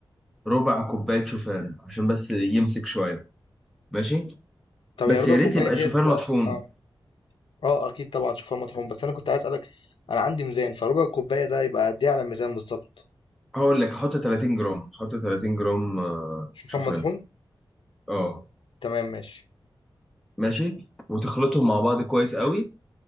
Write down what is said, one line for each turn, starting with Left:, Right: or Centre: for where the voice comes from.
Centre: ربع كوباية شوفان عشان بس يمسك شوية ماشي
Left: طب
Centre: بس
Left: يا ربع
Centre: يا ريت
Left: كوباية
Centre: يبقى
Left: ديت
Centre: شوفان مطحون
Left: اه اه آه، اكيد طبعا شوفان مطحون بس انا كنت عايز اسألك انا عندي ميزان فربع كوباية ده يبقى قد ايه على الميزان بالظبط
Centre: هقول لك حط 30 جرام حط 30 جرام آه،
Left: شوفان
Centre: شوفان
Left: مطحون
Centre: اه
Left: تمام ماشي
Centre: ماشي وتخلطهم مع بعض كويس قوي